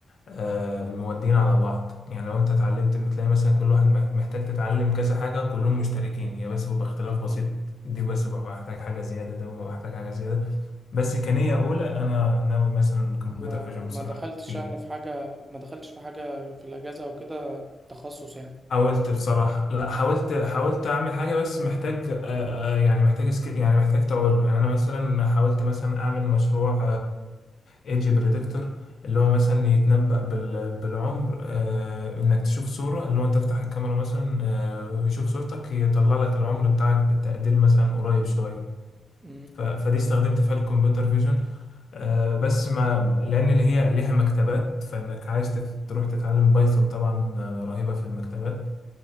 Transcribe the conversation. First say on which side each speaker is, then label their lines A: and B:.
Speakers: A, on the left (about 50°); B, on the right (about 15°).
A: آه، مودين على بعض يعني لو انت اتعلمت بتلاقي مثلا كل واحد مح- محتاج تتعلم كذا حاجة كلهم مشتركين هي بس بيبقى اختلاف
B: مم.
A: بسيط دي بس ببقى محتاج حاجة زيادة ده ببقى محتاج حاجة زيادة بس كنية أولى أنا ناوي مثلا كمبيوتر
B: ما
A: فيجن
B: ما
A: بصراحة
B: دخلتش
A: فيه
B: يعني في حاجة ما دخلتش في حاجة في الاجازة او كده تخصص يعني
A: حاولت بصراحة لا حاولت حاولت أعمل حاجة بس محتاج آه، آه، يعني محتاج سك... يعني محتاج تعود له يعني أنا مثلا حاولت مثلا أعمل مشروع ايدج بريدكتور اللي هو مثلا يتنبأ بال... بالعمر آه، إنك تشوف صورة اللي هو أنت تفتح الكاميرا مثلا آه، ويشوف صورتك يطلع لك العمر بتاعك بالتقدير مثلا قريب شوية
B: مم.
A: ف... فدي استخدمت فيها الكمبيوتر فيجن آه، بس ما لأن اللي هي ليها مكتبات فإنك عايز تت- تروح تتعلم بايثون طبعا آه، رهيبة في المكتبات